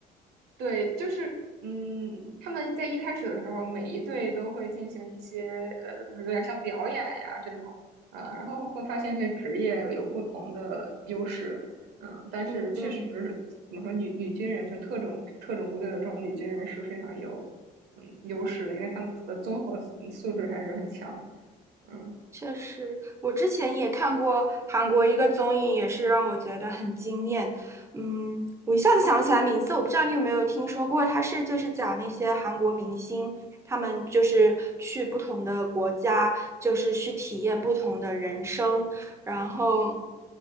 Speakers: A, on the right; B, on the right.
A: 对，就是嗯，他们在一开始的时候，每一队都会进行一些呃，就是有点像表演呀这种，呃，然后会发现这些职业有不同的优势，嗯、但是确实是怎么说，
B: 嗯嗯。
A: 女女军人就特种特种部队的这种女军人是非常有嗯优势的，因为他们的综合素质还是很强，嗯。
B: 确实，我之前也看过韩国一个综艺，也是让我觉得很惊艳。嗯，我一下子想不起来名字，我不知道你有没有听说过，它是就是讲那些韩国明星，他们就是去不同的国家，就是去体验不同的人生，然后